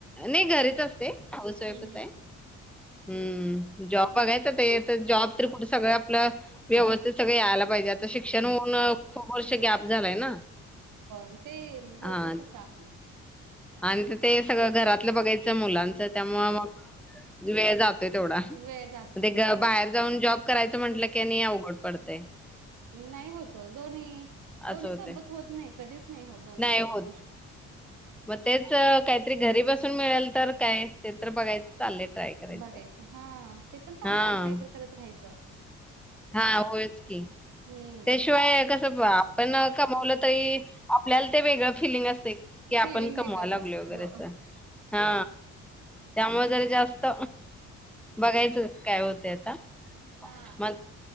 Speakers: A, in the centre; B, on the right (about 80°).
A: नाही घरीच असते हाऊस वाईफच
B: हम्म हम्म
A: आहे. हम्म जॉब
B: हम्म
A: बघायचं
B: हम्म
A: ते हे तर जॉब. तर कुठे सगळं आपलं व्यवस्थित सगळं यायला पाहिजे आता शिक्षण होऊन खूप वर्ष गॅप झालाय ना.
B: हो ते होतं
A: हा
B: तसं आपलं.
A: आणि ते सगळ घरातल बघायच मुलांच त्यामुळ मग वेळ जातोय तेवढा.
B: वेळ जातो
A: ते
B: हो.
A: बाहेर जाऊन जॉब करायच म्हंटल की नाही अवघड पडतय.
B: नाही होत वो. दोन्ही, दोन्ही
A: असं होतंय.
B: सोबत होत नाही. कधीच नाही होत दोन्ही
A: नाही
B: सोबत
A: होत.
B: गोष्टी.
A: मग तेच काहीतरी घरी बसून मिळाल तर काय ते तर बघायच चाललय ट्राय. करायचं.
B: बघायच हा, ते पण चालतय.
A: हां.
B: काहीतर करत राहायच.
A: हां. होयच की.
B: हम्म
A: त्याशिवाय कस आपण कमवल तरी आपल्याला ते वेगळ फिलिंग असतय. कि
B: फिलिंग
A: आपण
B: वेगळंच
A: कमवाय लागलोय
B: असते
A: वगैरे
B: हो
A: अस. हा त्यामुळे जरा जास्त बघायच काय होतय आता.
B: हा.
A: मग